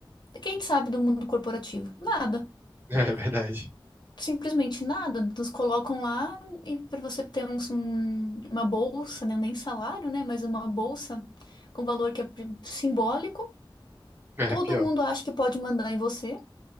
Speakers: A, on the left (about 55°); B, on the right (about 25°).
A: quem sabe do mundo corporativo? Nada.
B: <laughs> é verdade.
A: Simplesmente nada. Nos colocam lá e para você ter uns- um, uma bolsa, né? Nem salário, né? Mas uma bolsa com valor que é pri- simbólico.
B: É,
A: Todo
B: pior.
A: mundo acha que pode mandar em você.